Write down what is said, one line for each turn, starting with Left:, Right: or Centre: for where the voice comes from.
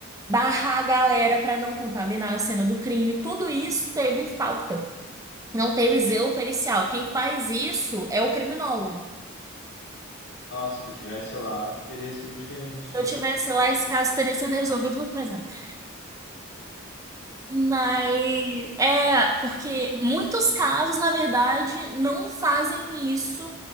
Right: barrar a galera para não contaminar a cena do crime, tudo isso teve falta. Não teve zelo pericial. Quem faz isso é o criminólogo.
Left: Ah, se tu tivesse lá, teria sido diferente.
Right: Se eu tivesse lá, esse caso teria sido resolvido muito mais rápido. Mas é porque muitos casos, na verdade, não fazem isso,